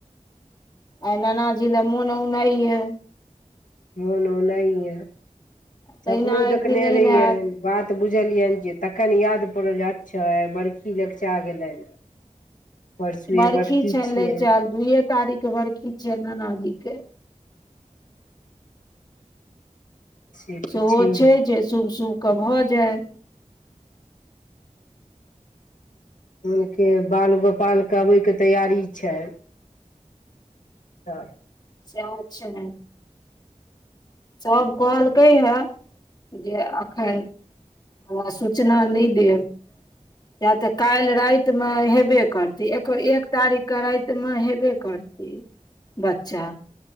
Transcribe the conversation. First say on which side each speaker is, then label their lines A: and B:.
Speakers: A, on the left; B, on the left.
A: आइ नाना जी ले मौन औनाइ य
B: मौन औनाइ ये
A: तहिना
B: सपनो
A: एक
B: देखने
A: दिन एहन
B: रहियैन
A: हैत
B: बात तऽ बुझलियनि जे तखन याद पड़ल जे अच्छा बड़खी लग चा गेलनि परसुए
A: बड़खी
B: बड़की
A: छै
B: छियै
A: लैगचाएल दूइए तारीख के छै नानाजी के
B: से तऽ
A: सेहो
B: छैहे
A: छै जे शुभ शुभके भऽ जाय
B: हुनक के बाल गोपाल के अबय के तैयारी छै तऽ
A: सेहो छै सभ कहल कै हे जे एखन हं सूचना नै देब या तऽ काल्हि रातिमे हेबे करतै एक एक तारीख के रातिमे हेबे करतै बच्चा